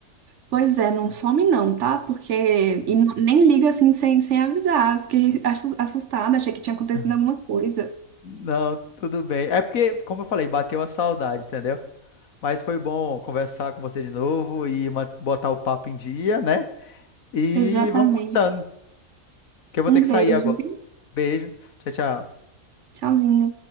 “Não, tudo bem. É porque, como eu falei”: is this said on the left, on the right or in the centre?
Left